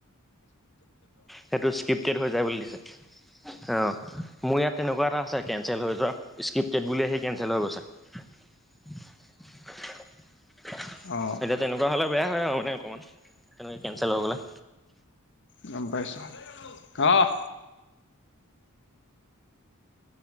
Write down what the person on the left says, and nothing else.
অ
গম পাইছ? অহ।